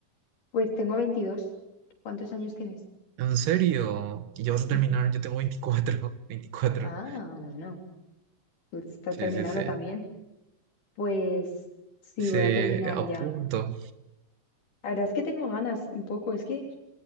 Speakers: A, on the left; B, on the right.
A: Pues tengo veintidós ¿Cuántos años tienes?
B: ¿En serio? ¿Y ya
A: Sí.
B: vas a terminar? Yo tengo 24 <laughs> veinticuatro
A: Ah, bueno. Tú estás
B: Sí,
A: terminando
B: sí, sí.
A: también. Pues sí,
B: Sí,
A: voy a terminar
B: a
A: ya.
B: punto.
A: La verdad es que tengo ganas un poco. Es que